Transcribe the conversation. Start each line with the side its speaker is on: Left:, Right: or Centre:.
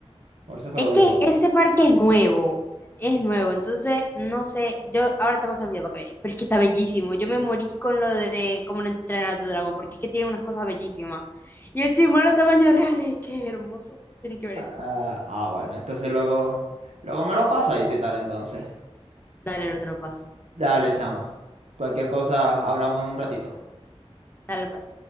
Right: Por eso que
Left: Es
Right: lo digo.
Left: que ese parque es nuevo, es nuevo, entonces no sé, yo ahora te vas a olvidar para que veas, pero es que está bellísimo. Yo me morí con lo de cómo no entrenar a tu dragón, porque es que tiene unas cosas bellísimas. Y el chimuelo tamaño real es que es hermoso, tienes que ver
Right: Ah,
Left: eso.
Right: ah, bueno, entonces luego, luego me lo pasa y si tal, entonces.
Left: Dale, no te lo paso.
Right: Dale, chama. Cualquier cosa hablamos en un ratito.
Left: Dale, pues.